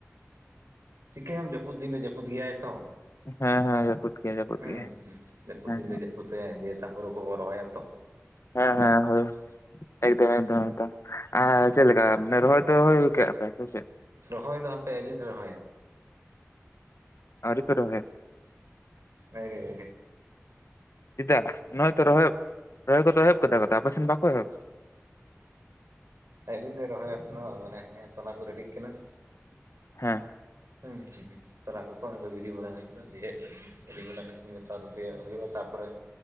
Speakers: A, on the right; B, on the left.
A: ᱪᱤᱠᱟᱹᱭᱟᱢ ᱡᱟᱹᱯᱩᱫ ᱫᱤᱱ ᱫᱚ ᱡᱟᱹᱯᱩᱫ ᱜᱮᱭᱟᱭ ᱛᱷᱚ,
B: ᱦᱮᱸ ᱦᱮᱸ ᱡᱟᱹᱯᱩᱫ ᱜᱮᱭᱟ ᱡᱟᱹᱯᱩᱫ
A: ᱦᱩᱸ
B: ᱜᱮᱭᱟ
A: ᱦᱩᱸ ᱾ ᱡᱟᱹᱯᱩᱫ
B: ᱦᱮᱸ
A: ᱫᱤᱱ ᱫᱚ ᱡᱟᱹᱯᱩᱫ ᱜᱭᱟᱭ, ᱫᱤᱭᱮ ᱛᱟᱯᱚᱨᱮ ᱦᱩᱲᱩ ᱠᱚ ᱵᱚᱱ ᱨᱚᱦᱚᱭᱟ ᱛᱚ ᱾
B: ᱦᱮᱸ ᱦᱮᱸ ᱦᱚᱭ ᱮᱠᱫᱚᱢ ᱮᱠᱫᱚᱢ ᱮᱠᱫᱚᱢ
A: ᱦᱩᱸ
B: ᱟᱸᱻ
A: ᱦᱩᱸ
B: ᱪᱮᱫ ᱞᱮᱠᱟ ᱢᱟᱱᱮ ᱨᱚᱦᱚᱭ ᱫᱚ ᱠᱮ ᱟᱯᱮ ᱟᱯᱮ ᱥᱮᱫ ᱾
A: ᱨᱚᱦᱚᱭ ᱫᱚ ᱦᱟᱯᱮ ᱟᱞᱤ ᱛᱮ ᱨᱚᱦᱚᱭᱟ ᱾
B: ᱟᱹᱣᱨᱤ ᱯᱮ ᱨᱚᱦᱚᱭᱟ
A: ᱟᱹᱨᱮ
B: ᱾ ᱪᱮᱫᱟᱜ ᱱᱚ-ᱚᱭ ᱛᱚ ᱨᱚᱦᱚᱭ ᱨᱚᱦᱚᱭ ᱠᱚᱫᱚ ᱮᱦᱚᱵ ᱟᱠᱟᱫᱟ ᱛᱚ ᱟᱯᱮ ᱥᱮᱱ ᱵᱟᱠᱚ ᱮᱦᱚᱵ ᱠᱟᱫᱟ ᱾
A: ᱟᱹᱣᱨᱤᱞᱮ ᱨᱚᱦᱚᱭᱟ ᱮᱠᱷᱚᱱᱚ ᱢᱟᱱᱮ ᱦᱮᱸᱜ-ᱮ ᱛᱚᱞᱟ ᱠᱚ ᱨᱮᱰᱤᱜ ᱠᱟᱱᱟ ᱾
B: ᱦᱮᱸᱻ
A: ᱦᱩᱸ ᱦᱩᱸ ᱛᱚᱞᱟ ᱠᱚᱠᱚ ᱦᱚᱜ-ᱚᱭ ᱠᱚ ᱜᱤᱰᱤ ᱵᱟᱲᱟ ᱟᱠᱟᱫᱟ ᱫᱤᱭᱮ <unintelligible> ᱱᱮᱛᱟᱨ ᱫᱚ ᱛᱤᱭᱳ ᱦᱩᱭᱩᱜᱼᱟ ᱛᱟᱯᱚᱨᱮ